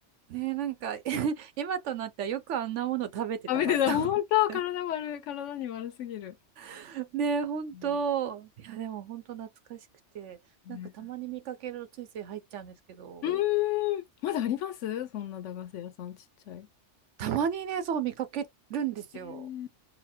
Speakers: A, on the right; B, on the left.
A: ねえ、なんか <laughs> 今となってはよくあんなもの食べてたなって思っ
B: 食べてた、本当、体悪い、
A: て。
B: 体に悪すぎる。
A: <laughs> ねえ、本当。
B: うん
A: いや、でも本当懐かしくて、
B: ね
A: なんかたまに見かけるとついつい入っちゃうんですけど、
B: うーん、まだありますそんな駄菓子屋さんちっちゃい。
A: たまにね、そう見かけるんですよ。
B: えー